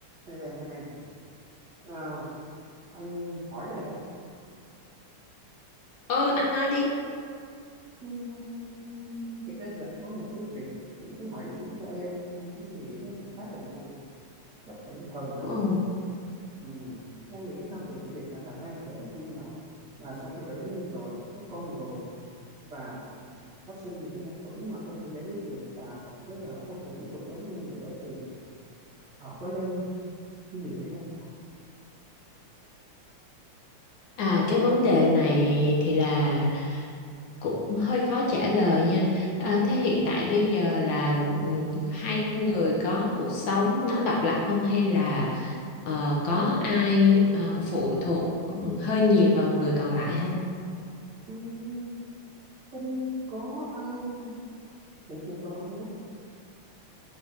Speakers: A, on the right; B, on the left.
A: Đây em em em Ờ, anh hỏi cái này đó
B: Ờ anh nói đi.
A: Ừm, thực ra thì anh có một cái việc muốn hỏi ý kiến của em anh cũng suy nghĩ nó cũng khá là lâu chắc phải hơn năm
B: Ừ.
A: rồi. Ừm, em nghĩ sao về cái việc là, là hai vợ chồng khi mà là sau khi đã lấy nhau rồi có con rồi và phát sinh những cái mâu thuẫn mà không thể giải quyết được và cảm thấy rằng là không thể tiếp tục sống với nhau nữa thì họ có nên như vậy hay không
B: À cái vấn đề này thì là cũng hơi khó trả lời nha. À, thế hiện tại bây giờ là ừm, hai người có cuộc sống nó độc lập không hay là ờ, có ai ờ, phụ thuộc ừ, hơi nhiều vào người còn lại không?
A: Ừm, không có ai phụ thuộc vào ai hết